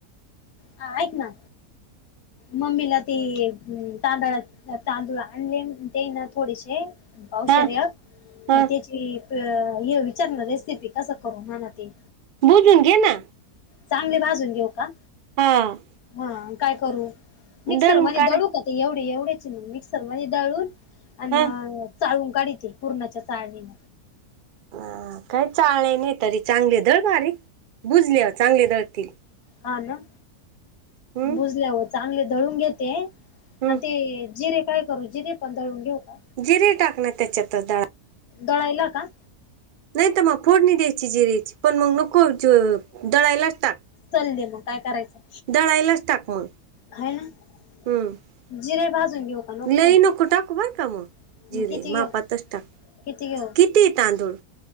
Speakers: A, on the left; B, on the right.
A: हा? ऐक ना मम्मीला ती तांदळाची. तांदूळ आण आणलेम देना थोडेसे पावशर
B: हा हा
A: तर त्याची हे विचारण रेसिपी कसं करू म्हना ते?
B: बोलून घे ना
A: चांगले भाजून घेऊ का?
B: हां
A: हा काय करू मिक्सर
B: दळून
A: मध्ये
B: काढाय
A: दळू का? ते एवढे एवढ्याचे मग मिक्सर मध्ये दळून आणि
B: हा
A: चाळून काढीती पूराच्या चाळणींन.
B: ह काही चाळले नाही तरी चांगले दळ बारीक बुजल्यावर चांगले दळतील.
A: हा ना
B: हम्म
A: बुजल्यावर चांगले दळून घेते.
B: हम्म
A: आणि ते जिरे काय करू जिरे दळून घेऊ का?
B: जिरे टाक ना त्याच्यात आता.
A: दळायला का?
B: नाही तर मग फोडणी द्यायची जिरेची पण मग नको दडळायलाच टाक.
A: चालले मग काय करायचं
B: दळायलाच टाक मग.
A: खाय ना
B: हम्म
A: जिरे भाजून घेऊ का नको?
B: लई नको टाकू बर का मग
A: घेऊ
B: जिरे
A: मग किती
B: मापातच
A: घेऊ
B: टाक
A: किती घेऊ
B: किती आहे तांदूळ.